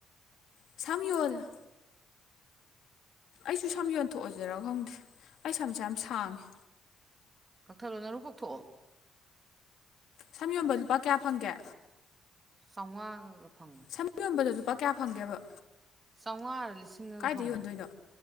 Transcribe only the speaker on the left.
ꯁꯝ ꯌꯣꯜꯂꯥ ꯑꯩꯁꯨ ꯁꯝ ꯌꯣꯟꯊꯣꯛ ꯑꯁꯤꯔꯥ ꯈꯪꯗꯦ ꯑꯩ ꯁꯝꯁꯦ ꯌꯥꯝ ꯁꯥꯡꯉꯦ
ꯁꯝ ꯌꯣꯟꯕ ꯂꯨꯄꯥ ꯀꯌꯥ ꯐꯪꯒꯦ
ꯁꯝ ꯌꯣꯟꯕꯗꯥ ꯂꯨꯄꯥ ꯀꯌꯥ ꯐꯪꯒꯦꯕ
ꯀꯥꯏꯗ
ꯌꯣꯟꯗꯣꯏꯅꯣ